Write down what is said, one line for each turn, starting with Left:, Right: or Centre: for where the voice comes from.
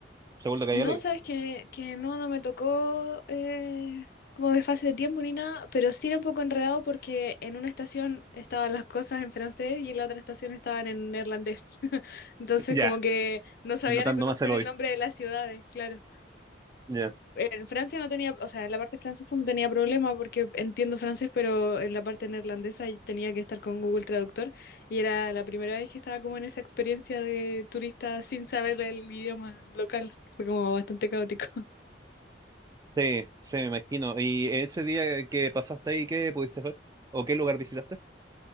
Right: según lo que había
Left: No,
Right: leído.
Left: sabes que, que no, no me tocó eh, como de fase de tiempo ni nada, pero sí era un poco enredado porque en una estación estaban las cosas en francés y en la otra estación estaban en neerlandés. <laughs> Entonces
Right: Ya.
Left: como que no sabía
Right: Notando
Left: reconocer
Right: más el odio.
Left: el nombre de las ciudades, claro.
Right: Ya.
Left: En Francia no tenía, o sea, en la parte francesa no tenía problema porque entiendo francés, pero en la parte neerlandesa ahí tenía que estar con Google Traductor y era la primera vez que estaba como en esa experiencia de turista sin saber el idioma local. Fue como bastante caótico.
Right: Sí, sí, me imagino. ¿Y ese día que pasaste ahí, qué pudiste ver? ¿O qué lugar visitaste?